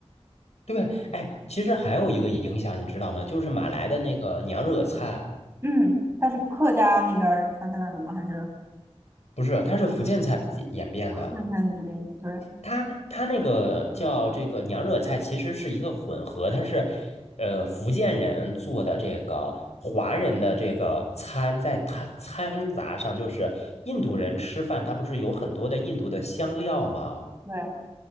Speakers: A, on the left (about 80°); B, on the right (about 25°).
A: 对对，哎，其实还有一个影响，你知道吗？就是马来的那个娘惹菜，
B: 嗯，它是客家那边儿传下来的吗？还是？
A: 不是，它是福建菜演变的。
B: 炖菜那边的，对
A: 它它那个叫这个娘惹菜，其实是一个混合，它是呃福建人做的这个华人的这个餐，在它掺杂上，就是印度人吃饭，它不是有很多的印度的香料吗？
B: 对，哎